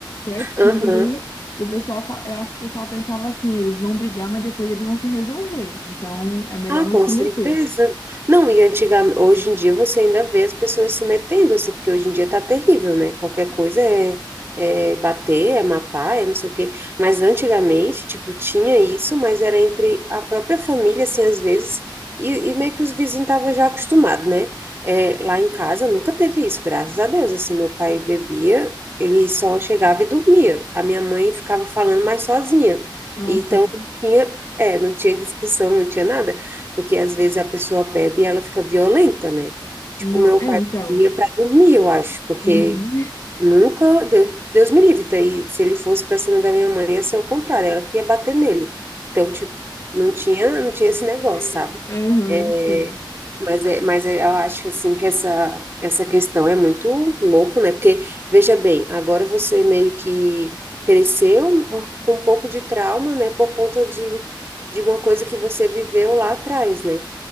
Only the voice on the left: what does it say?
Quietinho,
ninguém. O pessoal, fa- eu acho que o pessoal pensava assim, eles vão brigar, mas depois eles vão se resolver. Então, é melhor
não se
meter.
Ah,
sim.
Não,
é,
então.
Uhum.
<laughs>
Aham,
sei.